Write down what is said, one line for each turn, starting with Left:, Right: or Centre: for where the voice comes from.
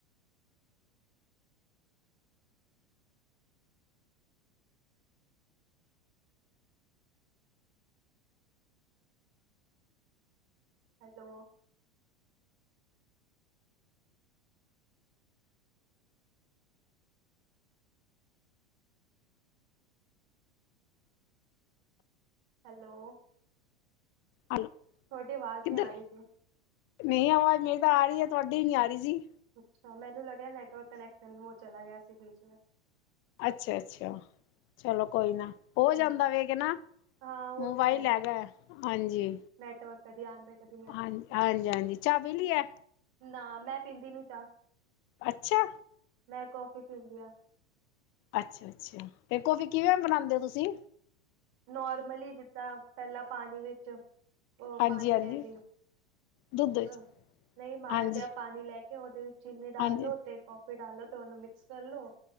Right: ਹੈਲੋ। ਹੈਲੋ,
Left: ਹੈਲੋ
Right: ਤੁਆਡੀ ਅਵਾਜ਼
Left: ਕਿੱਧਰ
Right: ਨੀ ਆ ਰੀ ਸੀ।
Left: ਮੇਰੀ ਆਵਾਜ ਲੇਟ ਆ ਰੀ ਆ, ਤੁਆਡੀ ਨੀ ਆ ਰੀ ਸੀ।
Right: ਅੱਛਾ, ਮੈਨੂੰ ਲੱਗਿਆ ਨੈਟਵਰਕ ਕਨੈਕਸ਼ਨ ਹੋ ਚਲਾ ਗਿਆ ਸੀ ਬੀਚ ਮੇਂ
Left: ਅੱਛਾ-ਅੱਛਾ ਚਲੋ ਕੋਈ ਨਾ ਹੋ ਜਾਂਦਾ
Right: ਹਮ
Left: ਵੇ ਗਨਾ।
Right: ਹਾਂ ਉਹ
Left: ਮੋਬਾਈਲ
Right: ਤੇ ਹੈ
Left: ਹੈਗੈ, ਹਾਂਜੀ।
Right: ਨੈਟਵਰਕ ਕਦੀ ਆਂਦੈ, ਕਦੀ ਨਈ।
Left: ਹਾਂ, ਹਾਂਜੀ-ਹਾਂਜੀ, ਚਾਅ ਪੀ ਲੀ ਐ?
Right: ਨਾਂ, ਮੈਂ ਪੀਂਦੀ ਨੀ ਚਾਹ।
Left: ਅੱਛਿਆ
Right: ਮੈਂ ਕੌਫੀ ਪੀਂਦੀ ਆ।
Left: ਅੱਛਿਆ-ਅੱਛਿਆ, ਤੇ ਕੌਫੀ ਕਿਵੇਂ ਬਣਾਉਂਦੇ ਓ, ਤੁਸੀਂ?
Right: ਨੋਰਮਲੀ ਜਿੱਦਾਂ, ਪਹਿਲਾਂ ਪਾਣੀ ਵਿੱਚ ਉਹ
Left: ਹਾਂਜੀ
Right: ਪਾਣੀ
Left: ਹਾਂਜੀ
Right: ਕਹਿੰਦੀ ਓ,
Left: ਦੁੱਧ ਚ
Right: ਅ, ਨਹੀਂ ਮਾੜਾ
Left: ਹਾਂਜੀ
Right: ਜਿਹਾ ਪਾਣੀ ਲੈ ਕੇ ਤੇ ਦੇ ਵਿੱਚ ਚੀਨੀ ਡਾਲਲੋ
Left: ਹਾਂਜੀ
Right: ਤੇ ਕੌਫੀ ਡਾਲਲੋ ਤੇ ਉਹਨੂੰ ਮਿਕਸ ਕਰ ਲੋ